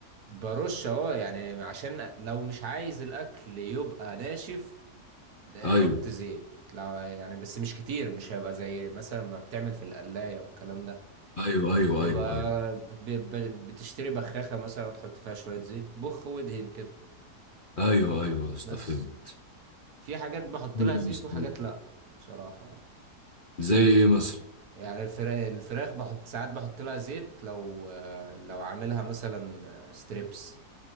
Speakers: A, on the right; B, on the left.
A: برش اهو يعني عشان لو مش عايز الاكل يبقى ناشف لا،
B: ايوه
A: حط زيت لو يعني بس مش كتير مش هيبقى زي مثلا ما بتعمل في القلاية والكلام ده
B: ايوه ايوه
A: يبقى
B: ايوه ايوه
A: ب- ب- بتشتري بخاخة مثلا وتحط فيها شوية زيت بخ وادهن كده
B: ايوه ايوه يا اسطى
A: بس
B: فهمت
A: في حاجات بحط
B: حلو
A: لها زيت
B: يا اسطى.
A: وحاجات لا بصراحة يعني
B: زي ايه مثلا
A: يعني الفرا- الفراخ بحط ساعات بحط لها زيت لو لو عاملها مثلا ستريبس